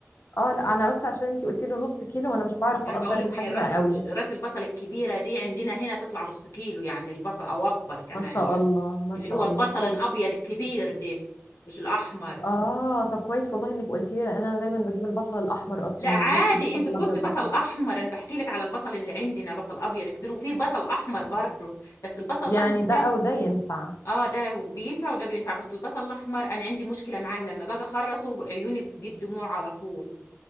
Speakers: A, on the left (about 55°); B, on the left (about 75°).
A: اه لا انا بس عشان انتي قلتي له نص كيلو وانا مش بعرف
B: يعني
A: اقدر
B: بقول لك
A: الحجم
B: ما هي الراس
A: قوي
B: راس البصل الكبيرة دي عندنا هنا تطلع نص كيلو يعني البصل او اكبر كمان
A: ما شاء
B: يعني
A: الله ما
B: اللي
A: شاء
B: هو البصل
A: الله طب
B: الابيض الكبير ده مش الاحمر
A: اه طب كويس والله انك قلتي لي لان انا دايما بجيب البصل الاحمر اصلا
B: لا عادي
A: ما بجيبش البصل
B: انت
A: الابيض
B: حطي بصل
A: ده خالص
B: احمر انا بحكي لك على البصل اللي عندنا بصل ابيض كبير وفيه بصل احمر برضه بس البصل الاحمر
A: يعني
B: كبير
A: ده او ده ينفع
B: اه ده بينفع وده بينفع بس البصل الاحمر انا عندي مشكله معاه لما باجي اخرطه عيوني بتجيب دموع على طول